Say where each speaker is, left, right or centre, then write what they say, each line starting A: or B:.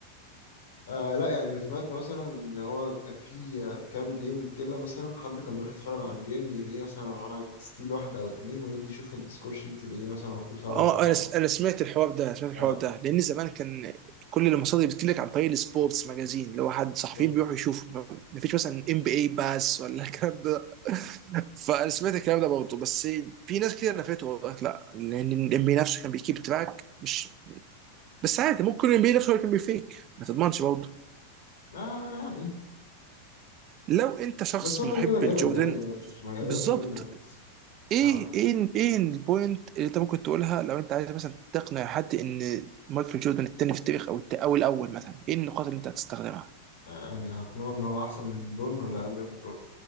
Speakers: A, on the left; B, on the right.
A: آه لا يعني أنا سمعت مثلا ان هو كان في آه، كام جيم كده مثلا حد كان بيروح يتفرج على الجيم يلاقيه مثلا عمل ستيل واحدة او اتنين ويجي يشوف السكور شيت يلاقيه مثلا مكتوب سبعة
B: اه
A: او اه تمانية
B: انا س- انا سمعت الحوار ده سمعت
A: اه
B: الحوار ده لان زمان كان كل المصادر بتجيلك عن طريق السبورتس ماجازين اللي هو حد صحفيين
A: بالظبط
B: بيروحوا يشوفوا مفيش مثلا ام بي اي باس ولا الكلام ده <laughs> فانا سمعت الكلام ده برضه بس في ناس كتير نفته وقالت لا لان الام بي إيه نفسه كان بيكيب تراك مش بس عادي ممكن الام بي إيه نفسه هو اللي كان بيفيك ما تضمنش برضه
A: آه يعني
B: لو انت شخص
A: بس هو
B: محب
A: كده كده جامد
B: لجوردن
A: يعني ده مش ما يقللش
B: بالظبط
A: منه يعني بس
B: ايه
A: اه
B: ايه ايه البوينت اللي انت ممكن تقولها لو انت عايز مثلا تقنع حد ان مايكل جوردن التاني في التاريخ او الت- او الاول مثلا ايه النقاط اللي انت هتستخدمها؟
A: يعني اقنعه ان هو احسن من برون ولا اقل من برون